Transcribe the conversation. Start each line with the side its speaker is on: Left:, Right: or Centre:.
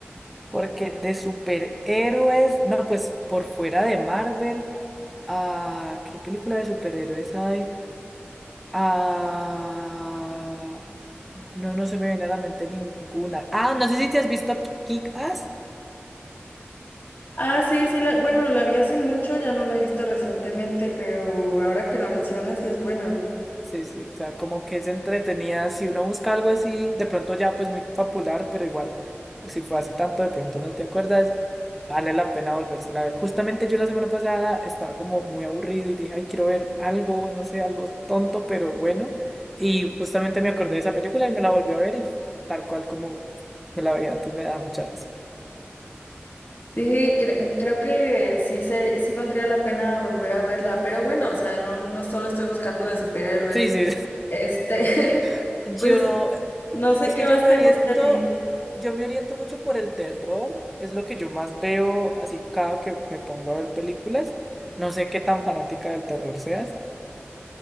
Centre: Porque de superhéroes, no, pues por fuera de Marvel, ah, ¿qué película de superhéroes hay? Ah, no, no se me viene a la mente ninguna. Ah, no sé si te has visto Kick-Ass.
Left: Ah, sí, sí, la, bueno, la vi hace mucho, ya no la he visto recientemente, pero ahora que la mencionas sí es buena.
Centre: Sí, sí, o sea, como que es entretenida. Si uno busca algo así, de pronto ya pues muy popular, pero igual, si fue hace tanto, de pronto no te acuerdas, vale la pena volvérsela a ver. Justamente yo la semana pasada estaba como muy aburrido y dije, ay, quiero ver algo, no sé, algo tonto, pero bueno. Y justamente me acordé de esa película y me la volví a ver y tal cual como me la veía antes, me da mucha risa.
Left: Sí, cre- creo que sí se, sí valdría la pena volver a verla, pero bueno, o sea, no, no solo estoy buscando de superhéroes.
Centre: Sí, sí,
Left: Este, <laughs>
Centre: <laughs> yo
Left: pues no sé
Centre: Es
Left: qué
Centre: que
Left: más
Centre: yo me
Left: te
Centre: oriento,
Left: gusta a ti.
Centre: yo me oriento mucho por el terror, es lo que yo más veo así cada que me pongo a ver películas. No sé qué tan fanática del terror seas.